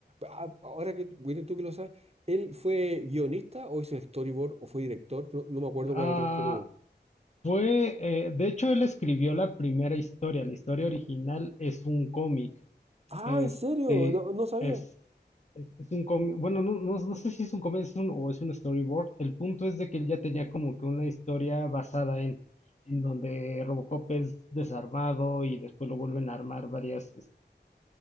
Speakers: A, on the right; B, on the left.
A: Ah, Ahora que, William, tú que lo sabes, ¿él fue guionista o hizo storyboard o fue director? No, no me acuerdo
B: Ah,
A: cuál es el rol que tuvo.
B: fue, eh, de hecho, él escribió la primera historia. La historia original es un cómic.
A: Ah,
B: Este
A: ¿en serio? No, no sabía.
B: es, es, es un cómic, bueno, no, no, no sé si es un cómic es un- o es un storyboard. El punto es de que él ya tenía como que una historia basada en, en donde Robocop es desarmado y después lo vuelven a armar varias, es-